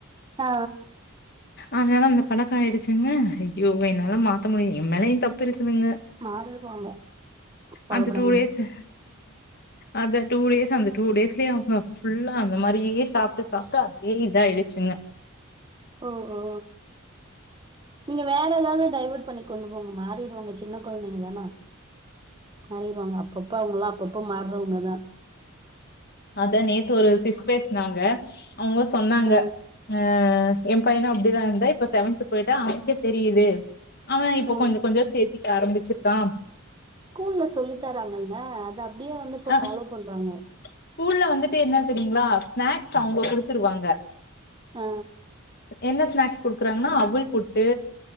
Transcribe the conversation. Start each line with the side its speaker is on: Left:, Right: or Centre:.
Right: ஆ
Left: அதனால அந்த பழக்கோ ஆயிடுச்சுங்க ஐயோ என்னால மா த்த முடியு எம் மேலையு தப்பு இருக் துனுங்க
Right: மாறிருவாங்க கவலப்படாதீங்க
Left: அந்த டூ டேஸ்ஸுஅ அந்த டூ டேஸ்ஸு அந்த டூ டேஸ்லயே அவங்க ஃபுல்லா அந்த மாரியே சாப்டு சாப்டு அதே இதாயிடுச்சுங்க
Right: ஓ ஓ நீங்க வேற எதாவது டைவட் பண்ணி கொண்டு போங்க மாறிருவாங்க சின்ன கொழந்தைங்கதான மாறிருவாங்க அப்பப்ப அவங்கலா அப்பப்ப மார்றவங்கதா
Left: அதா நேத்து ஒரு சிஸ் பேஸ்னாங்க அவங்க சொன்னாங்க
Right: அ
Left: ஆ எம் பையனு அப்டிதா இருந்தா இப்ப செவன்த்து போயிட்டா அவனுக்கே தெரியுது அவ இப்போ
Right: அ
Left: கொஞ்சோ கொஞ்சோ சேத்திக்க ஆரம்பிச் ச்சுட்டாம்
Right: ஸ்கூல்லல சொல்லி தராங்கங்க அத அப்டியே வந்து இப்ப
Left: அ
Right: ஃபாலோ பண்றாங்க
Left: ஸ்கூல்ல வந்துட்டு என்ன தெரியுங்களா ஸ்நேக்ஸ் அவங்க குடுத்துருவாங்க
Right: ஆ
Left: என்ன ஸ்நேக்ஸ் குடுக்குறாங்கன்னா அவுள் புட்டு